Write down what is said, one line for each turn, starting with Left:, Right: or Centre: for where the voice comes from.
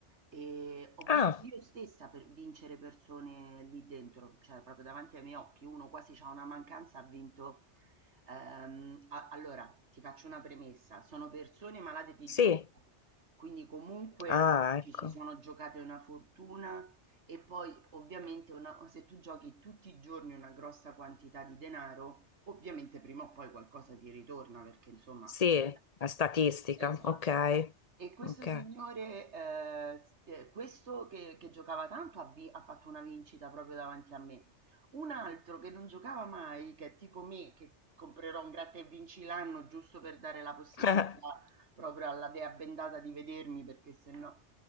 Right: e ho
Left: Ah,
Right: visto io stessa per vincere persone lì dentro, cioè proprio davanti ai miei occhi, uno quasi c'ha una mancanza, ha vinto. Ehm, a- allora, ti faccio una premessa, sono persone malate di
Left: sì,
Right: gioco, quindi comunque
Left: ah,
Right: ci
Left: ecco,
Right: si sono giocate una fortuna e poi ovviamente una- se tu giochi tutti i giorni una grossa quantità di denaro, ovviamente prima o poi qualcosa ti ritorna perché insomma...
Left: sì,
Right: Sì.
Left: la statistica,
Right: Esatto.
Left: ok,
Right: E questo
Left: ok,
Right: signore, eh, s- eh, questo che, che giocava tanto ha, vi- ha fatto una vincita proprio davanti a me. Un altro che non giocava mai, che è tipo me, che comprerò un gratta e vinci l'anno giusto per dare la possibilità
Left: <laughs>
Right: proprio alla dea bendata di vedermi, perché se no.